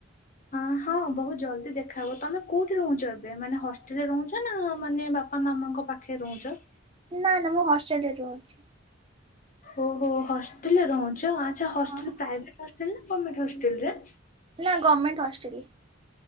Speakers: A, on the left (about 40°); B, on the right (about 25°).
A: ଅ ହଁ ବହୁତ ଜଲଦି ଦେଖାହବ। ତମେ କୋଉଠି ରହୁଛ? ଏବେ ମାନେ ହଷ୍ଟେଲରେ ରହୁଛ ନା ମାନେ ତମେ ବାପା ମାମାଙ୍କ ପାଖେ ରହୁଁଚ?
B: ନାଁ ନାଁ ମୁଁ ହଷ୍ଟେଲରେ ରହୁଛି।
A: ଓହୋ। ହଷ୍ଟେଲରେ ରହୁଁଚ ଆଚ୍ଛା। ହଷ୍ଟେଲ
B: ହଁ
A: ପ୍ରାଇଭେଟ ହଷ୍ଟେଲ ନା ଗମେଣ୍ଟ୍ ହଷ୍ଟେଲରେ?
B: ନା ଗଭର୍ମେଣ୍ଟ ହଷ୍ଟେଲରେ।